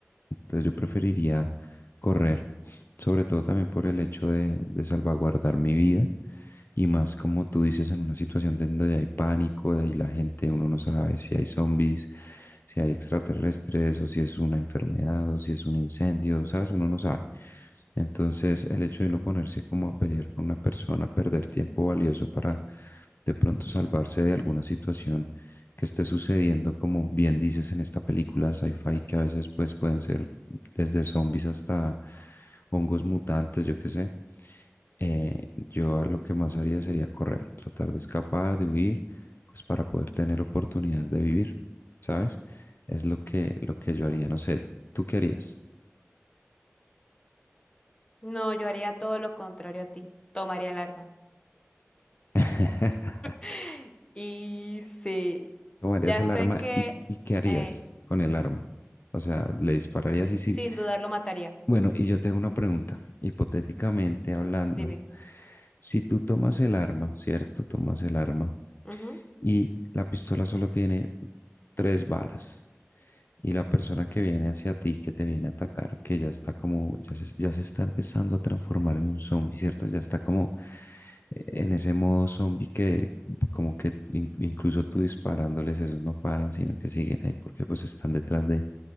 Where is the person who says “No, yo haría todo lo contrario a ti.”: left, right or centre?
Left